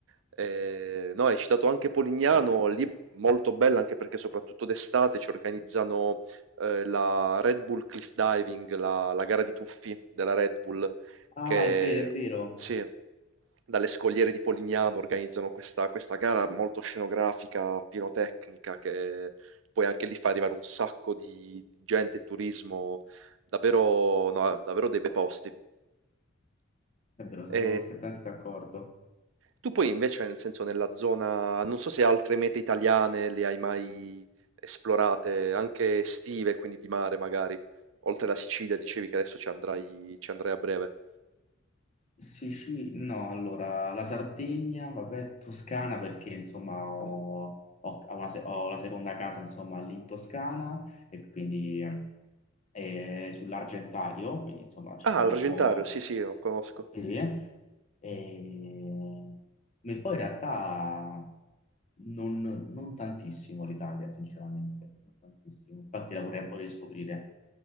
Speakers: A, on the right (about 75°); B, on the left (about 35°).
A: Eh, no, hai citato anche Polignano, lì molto bella anche perché soprattutto d'estate ci organizzano eh, la Red Bull Cliff Diving, la la gara di tuffi della Red Bull
B: Ah,
A: che
B: è vero, è vero.
A: sì, dalle scogliere di Polignano organizzano questa, questa gara molto scenografica, pirotecnica, che poi anche lì fa arrivare un sacco di gente e turismo, davvero, no, davvero dei bei posti.
B: È vero, sono
A: E
B: perfettamente d'accordo.
A: tu poi invece, nel senso, nella zona, non so se altre mete italiane le hai mai esplorate, anche estive, quindi di mare magari, oltre la Sicilia, dicevi che adesso ci andrai, ci andrai a breve.
B: Sicilia, no, allora la Sardegna, vabbè, Toscana perché insomma ho, ho- ho una se- ho la seconda casa insomma lì in Toscana e quindi eh, sull'Argentario, quindi insomma ci
A: Ah,
B: sono...
A: l'Argentario, sì, sì, lo conosco.
B: Sì, e... Ma poi in realtà non, non tantissimo l'Italia, sinceramente, non tantissimo. Infatti la vorrei un po' riscoprire.